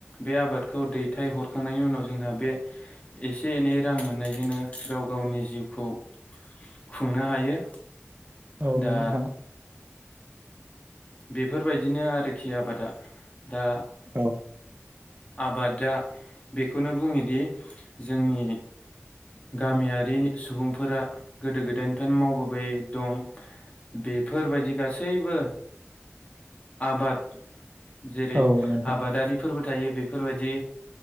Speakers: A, on the left; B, on the right.
A: बे आबादखौ दैथाय हरखांनायनि उनाव जोंहा बे एसे एनै रां मोननायजोंनो गाव गावनि जिउखौ खुंनो हायो।
B: औ
A: दा
B: नोंथां
A: बेफोरबायदिनो आरोखि आबादा दा
B: औ
A: आबादा बेखौनो बुङोदि जोंनि गामियारिनि सुबुंफोरा गोदो गोदायनिफायनो मावबोबाय दं बेफोरबायदि गासैबो आबाद जेरै
B: औ नोंथां
A: आबादारिफोरबो थायो बेफोरबायदि